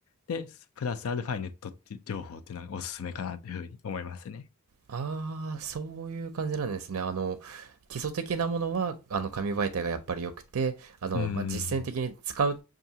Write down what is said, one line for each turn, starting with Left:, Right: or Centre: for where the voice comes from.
Left: で、プラスアルファネットって情報っていうのがおすすめかなというふうに思いますね。
Right: ああ、そういう感じなんですね。あの、基礎的なものは、あの、紙媒体がやっぱり良くて、あの、
Left: うーん。
Right: まあ、実践的に使うっ